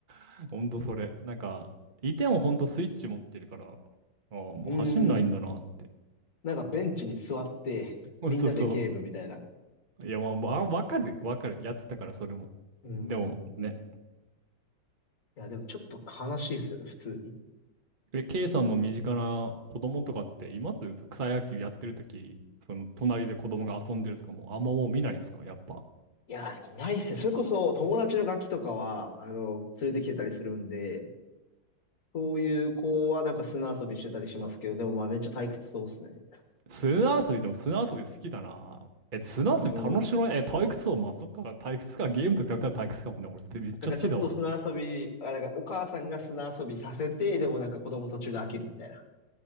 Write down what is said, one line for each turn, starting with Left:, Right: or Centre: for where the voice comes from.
Right: <laughs> ほんとそれ。なんか、いてもほんとスイッチ持ってるから、ああ、もう走んないんだなって。
Left: うん。なんかベンチに座って、
Right: <laughs>
Left: みんなでゲームみたいな。
Right: そうそう。いや、まあ、まあ、わかる、わかる。やってたから、それも。
Left: うん。
Right: でもね、
Left: いや、でもちょっと悲しいっすよね、普通に。
Right: え、K さんの身近な子供とかっていますそ草野球やってるとき、その隣で子供が遊んでるとかも、あんまもう見ないですかやっぱ。
Left: いや、いないっすね。それこそ友達のガキとかは、あの、連れてきてたりするんで、そういう子はなんか砂遊びしてたりしますけど、でもまあめっちゃ退屈そうっすね。
Right: 砂遊びでも砂遊び好きだな。え、砂遊び楽しくないえ、
Left: うん。
Right: 退屈そう。まあ、そっか、退屈か。ゲームと比べたら退屈かもね。俺、それめっちゃ好きだわ。
Left: なんかちょっと砂遊び、あ、なんかお母さんが砂遊びさせて、でもなんか子供途中で飽きるみたいな。